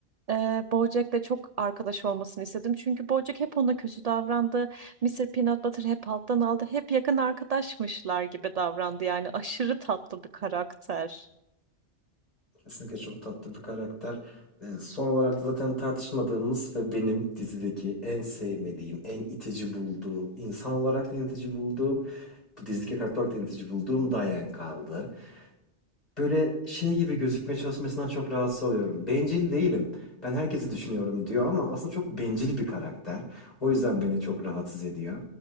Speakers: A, on the right; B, on the left.
A: ee, BoJack'le çok arkadaş olmasını istedim. Çünkü BoJack hep ona kötü davrandı. Mr. Peanut Butter hep alttan aldı. Hep yakın arkadaşmışlar gibi davrandı. Yani aşırı tatlı bir karakter.
B: Kesinlikle çok tatlı bir karakter. Ee, son olarak da zaten tartışmadığımız ve benim dizideki en sevmediğim, en itici bulduğum, insan olarak da en itici bulduğum, bu dizideki karakter olarak da en itici bulduğum Diane kaldı böyle şey gibi gözükme çalışmasından çok rahatsız oluyorum. Bencil değilim. Ben herkesi düşünüyorum diyor ama aslında çok bencil bir karakter. O yüzden beni çok rahatsız ediyor.